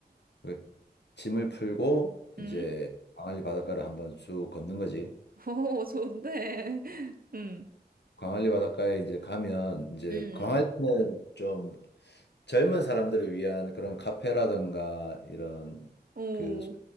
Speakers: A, on the left; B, on the right.
A: 거기 짐을 풀고
B: 응?
A: 이제 광안리 바닷가를 한번 쭉 걷는 거지.
B: 오, 좋은데. <laughs> 응,
A: 광안리 바닷가에 이제 가면 이제
B: 응,
A: 광안리는 좀 젊은 사람들을 위한 그런 카페라든가 이런
B: 오.
A: 그